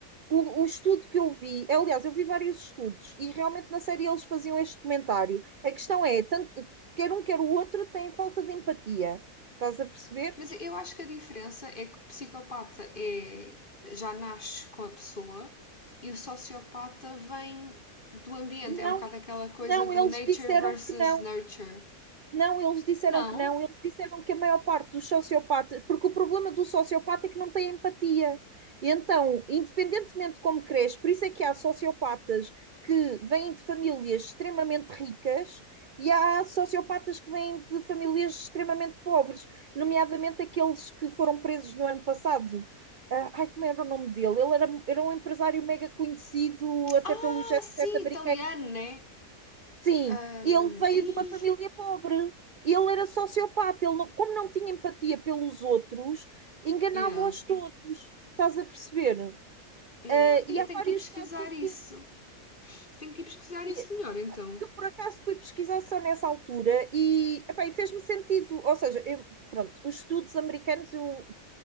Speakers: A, on the right; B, on the left.
A: O, o estudo que eu vi, aliás, eu vi vários estudos e realmente na série eles faziam este comentário. A questão é, tanto, quer um quer o outro têm falta de empatia. Estás a perceber?
B: Mas eu acho que a diferença é que o psicopata é já nasce com a pessoa e o sociopata vem do ambiente.
A: Não,
B: É um bocado aquela coisa
A: não,
B: do
A: eles
B: nature
A: disseram
B: versus
A: que não.
B: nurture.
A: Não, eles disseram
B: Não?
A: que não, eles disseram que a maior parte dos sociopatas, porque o problema do sociopata é que não tem empatia. E então, independentemente de como cresce, por isso é que há sociopatas que vêm de famílias extremamente ricas e há sociopatas que vêm de famílias extremamente pobres, nomeadamente aqueles que foram presos no ano passado. Ah, ai, como era o nome dele? Ele era, era um empresário mega conhecido, até
B: Ah,
A: pelo jet
B: sim,
A: set americano
B: italiano,
A: e
B: né?
A: Sim,
B: Um,
A: ele veio
B: ai,
A: de uma família pobre. Ele era sociopata. Ele não- como não tinha empatia pelos outros, enganava-os
B: yeah,
A: todos. Estás a perceber?
B: yeah.
A: Ah,
B: eu
A: e há
B: tenho
A: vários
B: que ir pesquisar
A: casos assim.
B: isso. Tenho que ir pesquisar isso
A: E
B: melhor, então.
A: eu, por acaso, fui pesquisar só nessa altura e, epá, e fez-me sentido. Ou seja, eu- pronto, os estudos americanos, eu